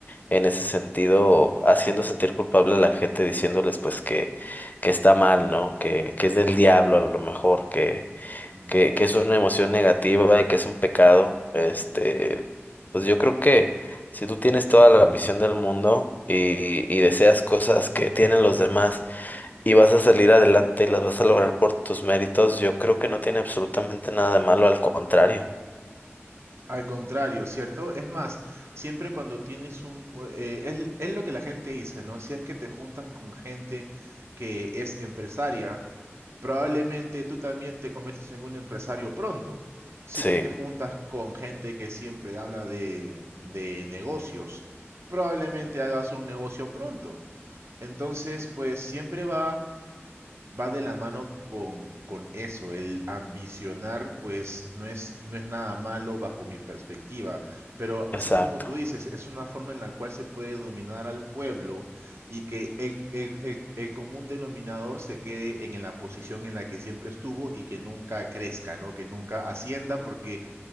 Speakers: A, on the left; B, on the right.
A: En ese sentido, haciendo sentir culpable a la gente, diciéndoles pues que, que está mal, ¿no? Que, que es del diablo a lo mejor, que,
B: Mm.
A: que, que es una emoción negativa y que es un pecado, este, pues yo creo que si tú tienes toda la ambición del mundo y, y deseas cosas que tienen los demás y vas a salir adelante y las vas a lograr por tus méritos, yo creo que no tiene absolutamente nada de malo, al contrario.
B: Al contrario, ¿cierto? Es más, siempre cuando tienes un... o- eh, es, es lo que la gente dice, ¿no? Si es que te juntas con gente que es empresaria, Probablemente tú también te conviertes en un empresario pronto. Si
A: Sí,
B: tú te juntas con gente que siempre habla de, de negocios, probablemente hagas un negocio pronto. Entonces, pues siempre va va de la mano con, con eso, el ambicionar, pues no es, no es nada malo bajo mi perspectiva, pero
A: exacto.
B: así como tú dices, es una forma en la cual se puede dominar al pueblo y que el, el- el- el común denominador se quede en la posición en la que siempre estuvo y que nunca crezca, ¿no? Que nunca ascienda, porque